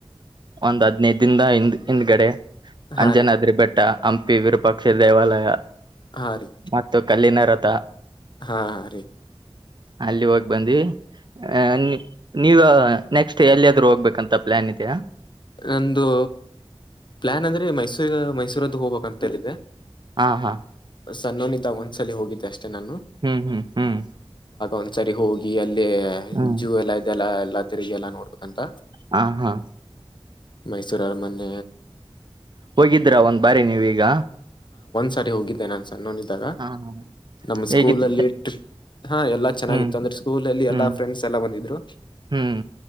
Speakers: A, on the right; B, on the left.
A: ಒಂದ್ ಹದ್ನೈದ ದಿಂದ ಹಿಂದ್ ಹಿಂದ್ಗಡೆ
B: ಹಾ
A: ಅಂಜನಾದ್ರಿ
B: ರೀ
A: ಬೆಟ್ಟ ಹಂಪಿ ವಿರೂಪಾಕ್ಷ ದೇವಾಲಯ
B: ಹಾ ರೀ
A: ಮತ್ತು ಕಲ್ಲಿನ ಕೃತ
B: ಹಾ ರೀ
A: ಅಲ್ಲಿ ಹೋಗಿ ಬಂದಿ ಹ ನೆಕ್ಸ್ಟ್ ಎಲ್ಲಿಯಾದ್ರೂ ಹೋಗ್ಬೇಕು ಅಂತ ನಿತ
B: ನಂದು ಪ್ಲಾನ್ ಅಂದ್ರೆ ಮೈಸೂರು ಈಗ ಮೈಸೂದ ಹೋಗಬೇಕ ಲಿದೆ
A: ಹಾ ಹಾ
B: ಸಣ್ಣೋನಿದ್ದಾಗ ಒಂದ್ಸಲಿ ಹೋಗಿದ್ದ ಅಷ್ಟೆ ನಾನು
A: ಹ್ಮ್ ಹ್ಮ್ ಹ್ಮ್
B: ಒಂದ್ಸರಿ ಹೋಗಿ ಅಲ್ಲಿ ಇ
A: ಹ್ಮ್
B: ಜವಲ ದಲ್ಲ ಎಲ್ಲ ತಿರಿಗೆಗ ಎಲ್ಲಾ ನೋಡ್ಬೇಕಂತ
A: ಹಾ ಹಾ
B: ಮೈಸೂರು ಅರಮನ್ೆ
A: ಹೋಗಿದ್ರಾ ಒಂದ್ ಬಾರಿ ನೀವೀಗ
B: ಸರಿ ಹೋಗಿದ್ದೆ ನಾನನ್ ಅನ್ನೋೊಂಡಿದ್ದಾಗ
A: ಹ
B: ನಮ್ಮ
A: ಹೇಗಿತ್ತ
B: ಸ್ಕೂಲಲ್ಲಿ ಹಾ ಎಲ್ಲ ಚೆನ್ನಾಗಿತ್ತು
A: ಹ್ಮ್
B: ಅಂದ್ರೆ ಸ್ಕೂಲಲ್ಲಿ ಎಲ್ಲಾ
A: ಹ್ಮ್
B: ಫ್ರೆಂಡ್ಸ್ ಎಲ್ಲ ಬಂದಿದ್ರು
A: ಹ್ಮ್